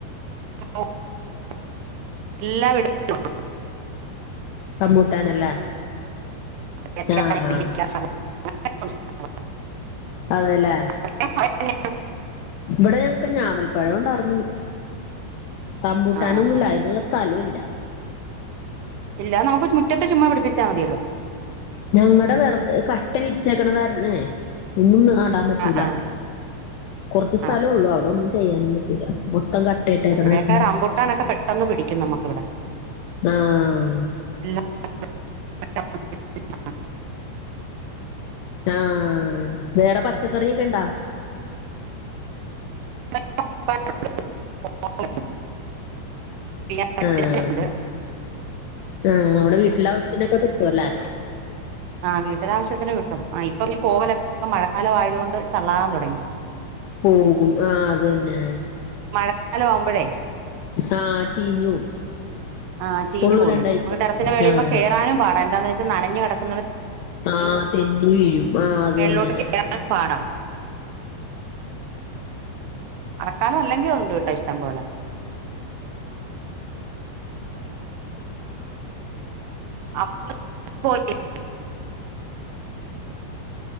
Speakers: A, on the right; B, on the left.
A: <unintelligible> എല്ലാ വിട് <unintelligible>
B: റംമ്പൂട്ടാനല്ലേ
A: പേരക്ക
B: ആഹ്
A: നെല്ലിക്ക
B: -
A: റംബൂട്ടാൻ <unintelligible>
B: അതെല്ലേ?
A: <unintelligible>
B: ഇവിടെ ഞങ്ങക്ക് ഞാവൽ പഴം ഒണ്ടാർന്നു- റംമ്പൂട്ടാനൊന്നുല്ല
A: ആ ആ ആ
B: അതിനുള്ള സ്ഥലം ഇല്ല-
A: ഇല്ല നമുക്ക് മുറ്റത്ത് ചുമ്മാ പിടിപ്പിച്ചാൽ മതിയല്ലോ?
B: ഞങ്ങടെ വെറുതെ കട്ട വിരിച്ചേക്കണതാര്ന്നേ ഇന്നാ- ാൻ പറ്റൂല
A: ആ ആ
B: കുറച്ച സ്ഥലംള്ളൂ
A: ആ ആ
B: അവിടെൊന്നും
A: ആ
B: ചെയ്യാനും പറ്റൂല മൊത്തം കട്ടയിട്ടേക്കണായിരുന്നു
A: ഇവിടെയൊക്കെ റംബൂട്ടാനൊക്കെ പെട്ടെന്ന് പിടിക്കും നമുക്കിവിടെ
B: ആഹ് -
A: <unintelligible> <unintelligible>
B: ആഹ് വേറെ പച്ചക്കറിയൊക്കെ ഇണ്ടോ?
A: <unintelligible> ഇല്ല വഴുതനയുണ്ട്
B: ആഹ് ആഹ് നമ്മുടെ വീട്ടിലെ ആവിശത്തിനൊക്കെ കിട്ടുംല്ലേ
A: ആഹ് വീട്ടില ആവശ്യത്തിന് കിട്ടും ആ് ഇപ്പൊ നീ കോവലെ ഇപ്പൊ മഴക്കാലം ആയത് കൊണ്ട് ചള്ളാൻ തൊടങ്ങി
B: പോകും ആ അത് തന്നെ
A: ക്കാലം ആവുമ്പയേ
B: ആഹ് ചീഞ്ഞോവും
A: ആ ചീഞ്ഞു
B: ഉള്ളൂല്ലാണ്ടായി
A: പോന്നു നമുക്ക്
B: പോവും
A: ടെറസിന്റെ മേളിൽ
B: ആഹ്.
A: ഇപ്പൊ കേറാനും പാടാ എന്താന്ന് നനഞ്ഞു കെടക്ക
B: ആ തെന്നി വീഴും ആ അത്
A: മേളിലോട്ട്
B: തന്നെ
A: കേറാൻ പാടാ മഴ കാലമെല്ലെങ്കി ഉണ്ട് കേട്ടാ ഇഷ്ടംപോലെ. <unintelligible>